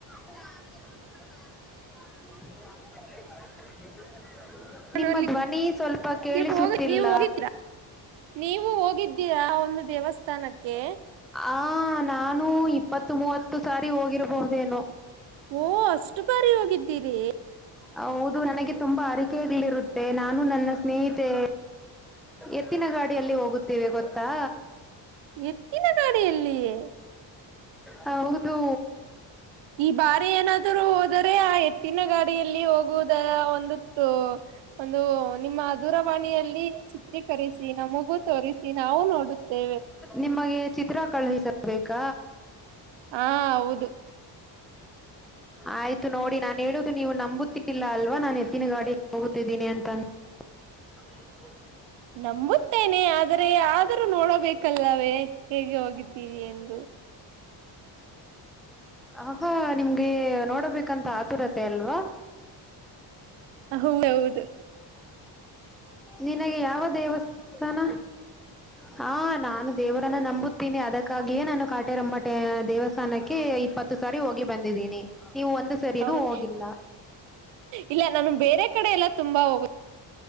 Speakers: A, in the centre; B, on the right.
A: <unintelligible> ನಿಮ್ಮ
B: ಅಲ್ಲಿ
A: ಧ್ವನಿ ಸ್ವಲ್ಪ ಕೇಳಿಸುತ್ತಿಲ್ಲ
B: ಗೆ ಹೋಗ ನೀವು ಹೋಗಿದ್ರಾ ನೀವು ಹೋಗಿದ್ದೀರಾ ಒಂದು ದೇವಸ್ಥಾನಕ್ಕೆ
A: ಆ ನಾ ನಾನು ಇಪ್ಪತ್ತು ಮೂವತ್ತು ಸಾರಿ ಹೋಗಿರಬಹುದೇನು
B: ಓ ಅಷ್ಟು ಬಾರಿ ಹೋಗಿದ್ದೀರಿ
A: ಹೌದು ನನಗೆ ತುಂಬಾ ಅರಿಕೆಗ್ಲಿರುತ್ತೆ ನಾನು ನನ್ನ ಸ್ನೇಹಿತೆ ಎತ್ತಿನ ಗಾಡಿಯಲ್ಲಿ ಹೋಗುತ್ತೇವೆ ಗೊತ್ತಾ
B: ಎತ್ತಿನ ಕಾಡಿಯಲ್ಲಿಯೇ
A: ಹೌದು
B: ಈ ಬಾರಿ ಏನಾದರುೂ ಹೋದರೆ ಆ ಎತ್ತಿನ ಗಾಡಿಯಲ್ಲಿ ಹೋಗುವುದ ಒಂದತ್ತು ಒಂದು ನಿಮ್ಮ ದೂರವಾಣಿಯಲ್ಲಿ ಚಿತ್ರೀಕರಿಸಿ ನಮಗೂ ತೋರಿಸಿ ನಾವು ನೋಡುತ್ತೆವೆ
A: ನಿಮಗೆ ಚಿತ್ರ ಕಳುಹಿಸಬೇಕಾ
B: ಹಾ ಹೌದು <unintelligible>
A: ಆಯ್ತು ನೋಡಿ ನಾನ್ ಹೇಳುದು ನೀವು ನಂಬುತ್ತ ಇಲ್ಲ ಅಲ್ವಾ ನಾನ್ ಎತ್ತಿನ ಗಾಡಿಗೆ ಹೋಗುತ್ತಿದ್ದೀನಿ ಅಂತಂದ ಹ
B: ನಂಬುತ್ತೇನೆ ಆದರೆ ಆದರೂ ನೋಡಬೇಕಲ್ಲವೇ ಹೇಗೆ ಹೋಗಿದ್ದೀರಿ ಎಂದು <inaudible>
A: ಹಹಾ ನಿಮ್ಗೆ ನೋಡಬೇಕಂತ ಆತುರತೆ ಅಲ್ವಾ
B: ಹೌದ ಹೌದು
A: ನಿನಗೆ ಯಾವ ದೇವಸ್ಥಾನ ಹಾ ನಾನು ದೇವರನ್ನ ನಂಬುತ್ತೀನಿ ಅದಕ್ಕಾಗಿಯೇ ನಾನು ಕಾಟೇರಮ್ಮಟ ದೇವಸ್ಥಾನಕ್ಕೆ ಇಪ್ಪತ್ತು ಸಾರಿ ಹೋಗಿ ಬಂದಿದ್ದೀನಿ ನೀವು ಒಂದು ಸರಿನೂ
B: ಹೌದ
A: ಹೋಗಿಲ್ಲ
B: ಇಲ್ಲ ನಾನು ಬೇರೆ ಕಡೆ ಎಲ್ಲ ತುಂಬಾ ಹೋಗ